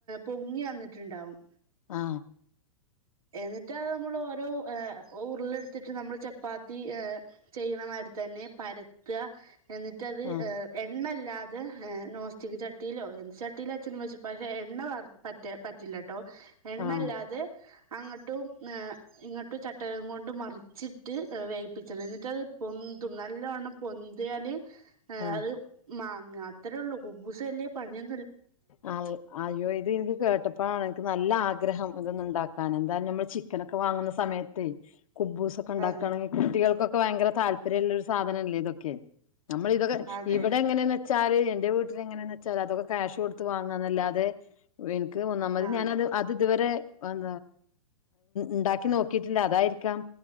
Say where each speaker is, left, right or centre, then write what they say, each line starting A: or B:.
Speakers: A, on the right (about 80°); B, on the left (about 70°).
A: പൊങ്ങി വന്നിട്ട് ട്ട്ണ്ടാവും
B: ആ
A: എന്നിട്ട് അത് നമ്മള് ഓരോ ഉരുളെടുത്തിട്ട് നമ്മള് ചപ്പാത്തി ചെയ്യണമാതിരി തന്നെ പരത്ത എന്നിട്ടത്
B: ആഹ്
A: എണ്ണ ഇല്ല ല്ലാതെ നോസ്റ്റിക് ചട്ടിലോ എന്ത് ചട്ടിലോ വെച്ചോ പക്ഷേ എണ്ണ വ പറ്റ പറ്റില്ല ട്ടോ എണ്ണല്ലാതെ
B: ആഹ്
A: അങ്ങോട്ടും ഇങ്ങോട്ടും ചട്ടകം കൊണ്ട് മറിച്ചിട്ട് വേവിപ്പിച്ചത് എന്നിട്ട് അത് പൊ ന്തും നല്ലവണ്ണം പൊന്ത്യാല്
B: ആഹ്
A: അത് മാങ്ങ അത്രേ ഉള്ളൂ കുബൂസ് വല്യ പണിയൊ
B: ആ അയ്യോ ഇത് ൻക്ക് കേട്ടപ്പളാണ് ൻക്ക് നല്ല ആഗ്ര ഗ്രഹം ണ്ട് ഇതൊന്ന് ണ്ടാക്കാന് എന്തായാലും നമ്മള് ചിക്കനൊക്കെ വാങ്ങുന്ന സമയത്തെ കുബൂസൊക്കെ ണ്ടാക്കാണെങ്കിൽ
A: അതെ
B: കുട്ടികൾക്കൊക്കെ ഭയങ്കര താല്പര്യമുള്ളൊരു സാധനല്ലേ ഇതൊക്കെ നമ്മള് ഇതൊക്കെ
A: അതെ
B: ഇവിടെ എങ്ങനെന്ന് വെച്ചാല് എന്റെ വീട്ടില് എങ്ങനെന്ന് വെച്ചാല് അതൊക്കെ ക്യാഷ് കൊടുത്ത് വാങ്ങാന്നല്ലാതെ എനിക്ക് ഒന്നാമത്
A: ആ
B: ഞാനത് അത് ഇത് വരെ <unintelligible> അത് ണ്ടാക്കി നോക്കിട്ടില്ല അതായിരിക്കാം